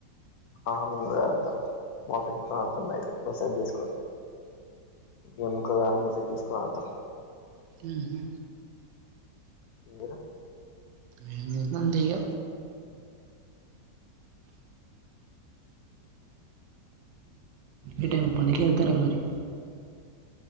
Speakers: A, on the left; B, on the right.
A: అహ మేము కూడ ఆడతాం మా ఫ్రెండ్స్ తోటి ఆడతాం నైటు మెసేజ్ చేసుకొని గేముకు గాని మెసేజ్ చేస్కొని ఆడతాం
B: ఉహు
A: మీరు
B: మేము కుడా అంతే ఇగ ఎటైనా పని కెళ్తారా మరి